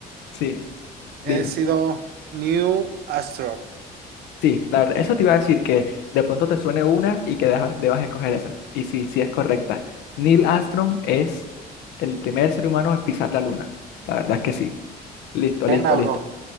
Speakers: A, on the left (about 80°); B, on the right (about 65°).
A: Sí,
B: he
A: dime.
B: sido New Astro.
A: Sí, la verdad, eso te iba a decir que de pronto te suene una y que deja- debas escoger esa. Y sí, sí es correcta. Neil Armstrong es el primer ser humano en pisar la luna. La verdad es que sí. Listo,
B: Pena,
A: listo,
B: bro.
A: listo.